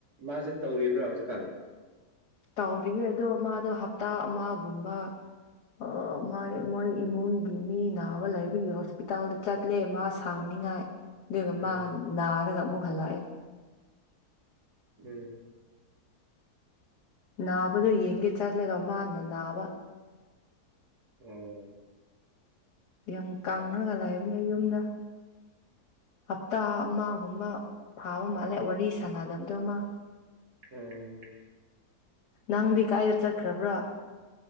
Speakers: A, on the right; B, on the left.
A: ꯃꯥꯖꯤ ꯇꯧꯔꯤꯕ꯭ꯔꯥ ꯍꯧꯖꯤꯛꯀꯥꯟ
B: ꯇꯧꯔꯤꯌꯦ ꯑꯗꯣ ꯃꯥꯗꯣ ꯍꯞꯇꯥ ꯑꯃꯒꯨꯝꯕ ꯑ ꯃꯥꯢ ꯃꯣꯏ ꯏꯃꯨꯡꯒꯤ ꯃꯤ ꯅꯥꯕ ꯂꯩꯕꯤꯒꯤ ꯍꯣꯁꯄꯤꯇꯥꯜꯗ ꯆꯠ ꯂꯦ ꯃꯥ ꯁꯥꯡꯅꯤꯉꯥꯏ ꯑꯗꯨꯒ
A: ꯎꯝ
B: ꯃꯥ ꯅꯥꯔꯒ ꯑꯃꯨꯛ ꯍꯜꯂꯛꯑꯦ
A: ꯎꯝ
B: ꯅꯥꯕꯗꯣ ꯌꯦꯡꯒꯦ ꯆꯠꯂꯒ ꯃꯥꯅ ꯅꯥꯕ
A: ꯎꯝ
B: ꯌꯥꯝ ꯀꯥꯡꯉꯒ ꯂꯩꯕꯅꯦ ꯌꯨꯝꯗ ꯍꯞꯇꯥ ꯑꯃꯒꯨꯝꯕ ꯐꯥꯕ ꯃꯥꯜꯂꯦ ꯋꯥꯔꯤ ꯁꯥꯟꯅꯗꯕꯗꯣ ꯃꯥ
A: ꯎꯝ
B: ꯅꯪꯗꯤ ꯀꯥꯏꯗ ꯆꯠꯈ꯭ꯔꯕ꯭ꯔꯥ